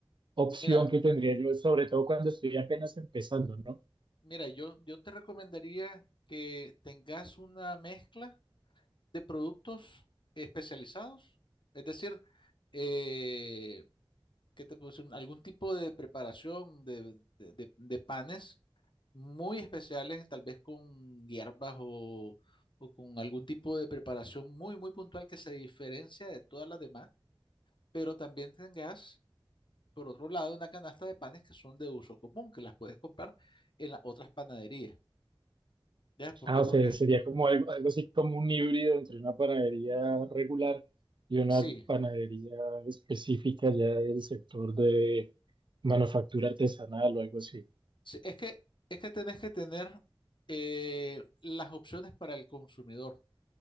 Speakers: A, on the right; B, on the left.
A: opción
B: Mira,
A: que tendría yo, sobre todo cuando estoy apenas empezando, ¿no?
B: mira, yo, yo te recomendaría que tengas una mezcla de productos especializados, es decir, eh, ¿qué te puedo decir? Algún tipo de preparación de, de de- de panes muy especiales, tal vez con hierbas o, o con algún tipo de preparación muy, muy puntual que se diferencia de todas las demás, pero también tengas, por otro lado, una canasta de panes que son de uso común, que las puedes comprar en las otras panaderías. ¿Ya? ¿Por
A: Ah,
B: qué?
A: o
B: Porque
A: sea, sería como algo, algo así como un híbrido entre una panadería regular y una
B: sí,
A: panadería específica ya del sector de manufactura artesanal o algo así.
B: sí, es que, es que tenés que tener eh, las opciones para el consumidor.